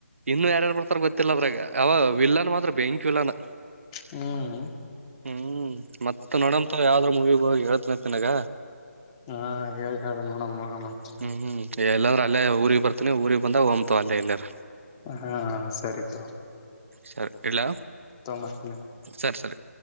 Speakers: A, on the right; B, on the left.
A: ಇನ್ನು ಯಾರ್ಯಾರು ಬರ್ತಾರ ಗೊತ್ತಿಲ್ಲ ಅದ್ರಗ ಅವ ವಿಲ್ಲನ್ ಮಾತ್ರ ಬೆಂಕ್ ವಿಲ್ಲನ್
B: ಹ್ಮ್
A: ಹ್ಮ್ ಮತ್ ನೋಡಂತ ಯಾವ್ದ್ರ ಮೂವಿಗ ಹೋಗಿ ಹೇಳ್ತನ ತಿನಗ
B: ಹಾ ಹೇಳಿ ಹೇಳ ನೋಡ ಮೂರಮ್ಮಂತ
A: ಹ್ಮ್ ಹ್ಮ್ ಎಲ್ಲಂದ್ರ ಅಲ್ಲೇ ಊರಿಗೆ ಬರ್ತನಿ ಊರಿಗೆ ಬಂದಾಗ ಹೊತವ ಅಲ್ಲೇ ಎಲ್ಲಾರ
B: ಹಾ ಸರಿ ತಗೋ
A: ಸರಿ ಇಡ್ಲ
B: ಮತ್ತ
A: ಸರಿ ಸರಿ